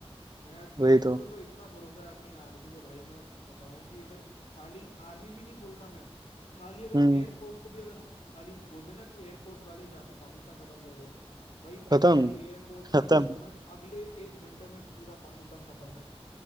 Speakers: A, on the left; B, on the right.
A: मैं मेरे
B: वही
A: को
B: तो
A: तो इतना भरोसा है अपनी आर्मी पे भाई मैं बताऊं कि अगर खाली आर्मी भी नहीं बोल रहा मैं खाली अगर
B: हम्म
A: एयरफोर्स को भी अगर हम खाली बोल देना कि एयरफोर्स वाले जाके पाकिस्तान खत्म कर दो भाई
B: खत्म
A: खाली एयरफोर्स में
B: खत्म
A: इतना दम है कि अगले एक घंटे में पूरा पाकिस्तान खत्म है